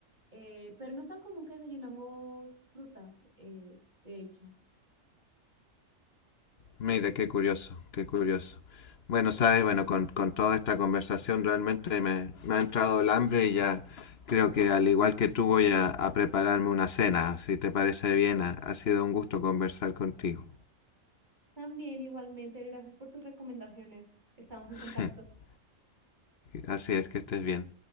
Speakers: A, on the right (about 35°); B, on the left (about 55°).
A: eh, pero no es tan común que desayunamos fruta, eh, de hecho.
B: Mira, qué curioso, qué curioso. Bueno, sabes, bueno, con, con toda esta conversación realmente me, me ha entrado el hambre y ya creo que al igual que tú voy a, a prepararme una cena, si te parece bien, ha, ha sido un gusto conversar contigo.
A: También igualmente, gracias por tus recomendaciones. Estamos en
B: <laughs>
A: contacto.
B: Así es que estés bien.